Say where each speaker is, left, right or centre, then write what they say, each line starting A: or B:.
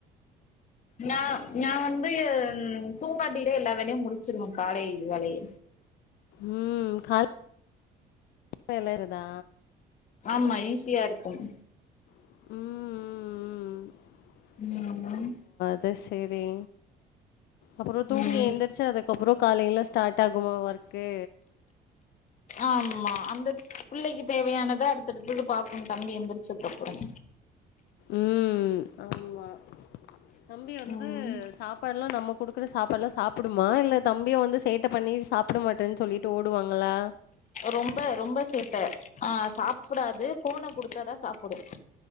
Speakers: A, on the left; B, on the left.
A: நா நா வந்து ம் தூங்காட்டியில எல்லா வேலயு முடிச்சிருவே காலை வேலய
B: ம் கால் வேளறுதா
A: ஆமா ஈஸியா இருக்கும்
B: உம் உம் உம்
A: ம் ம்
B: அது சரி அப்புறதூங்கி
A: ம்
B: எழுந்திரிச்சு அதுக்கப்புறோ காலைல ஸ்டார்ட் ஆகுமா ஒர்க்கு
A: ஆமா அந்த பிள்ளைக்கு தேவையானத அடுத்தடுத்தது பாகணு தம்பி எந்திரிச்சதுக்கு அப்புறம்
B: ம் ஆமா தம்பி வந்து
A: ம்
B: சாப்பாட் ல்லா நம்ம குடுக்குற சாப்பாடுல்லா சாப்படுமா இல்ல தம்பியே வந்து சேட்டை பண்ணி சாப்பிட மாட்டேன்னு சொல்லிட்டு ஓடுவாங்களா
A: ரொம்ப ரொம்ப சேட்டை ஆ சாப்புடாது ஃபோனை குடுத்தாதா சாப்புடு